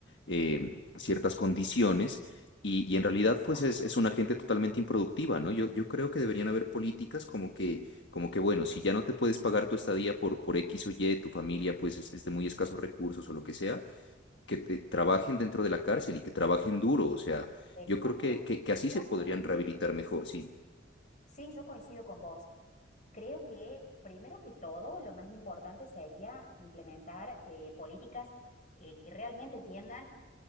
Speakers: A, on the left; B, on the left.
A: eh, ciertas condiciones, y, y en realidad
B: Exacto,
A: pues es, es una gente totalmente improductiva, ¿no? Yo, yo creo que deberían haber políticas como que, como que, bueno, si ya no te puedes pagar tu estadía por, por X o Y, tu familia pues es, es de muy escasos recursos o lo que sea que te- trabajen dentro de la cárcel y que trabajen duro. O sea,
B: exacto,
A: yo creo que, que, que
B: exacto.
A: así se podrían rehabilitar mejor, sí.
B: Sí, yo coincido con vos. Creo que primero que todo, lo más importante sería implementar eh, políticas eh, que realmente tiendan